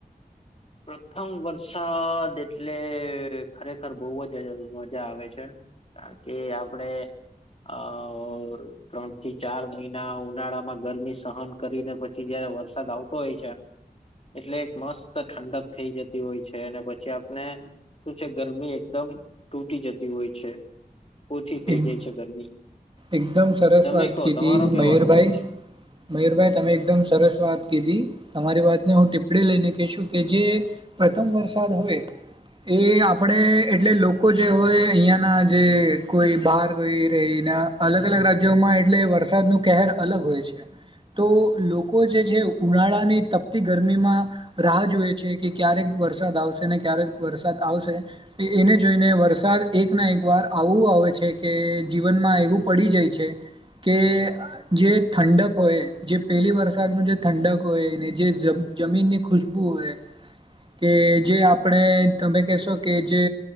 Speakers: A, on the left; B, on the right.
A: પ્રથમ વરસાદ એટલે ખરેખર બવ જ મજા આવે છે. કારણ કે આપણે આ ત્રણ થી ચાર મહિના ઉનાળામાં ગરમી સહન કરીને પછી જયારે વરસાદ આવતો હોય છે એટલે એક મસ્ત ઠંડક થઈ જતી હોય છે અને પછી આપને શું છે ગરમી એકદમ તૂટી જતી હો હોય છે. ઓછી થઈ
B: એક-
A: જાય છે ગરમી.
B: એકદમ સરસ
A: તમે
B: વાત
A: કહો
B: કીધી
A: તમારો કેવો
B: મયુરભાઈ.
A: અનુભવ છે
B: મયુરભાઈ તમે એકદમ સરસ વાત કીધી તમારી વાતને હું ટીપ પડી લઈને કશું કે જે પ્રથમ વરસાદ હવે એ આપણે એટલે લોકો જે હોય અહિયાંના જે કોઈ બહાર કોઈ રહીને અલગ અલગ રાજ્યોમાં એટલે વરસાદ નું કહેર અલગ હોય છે. તો લોકો જે છે ઉનાળાની તપતી ગરમીમાં રાહ જૂએ છે કે ક્યારે વરસાદ આવશે ને ક્યારે વરસાદ આવશે એને જોઈને વરસાદ એક ના એક વાર આવું આવ કે જીવનમાં એવું પડી જાય છે. કે જે ઠંડક હોય જે પેલી વરસાદનું જે ઠંડક હોય એને જે જમીન ની ખુશ્બુ હોય કે જે આપણે તમે કહેશો કે જે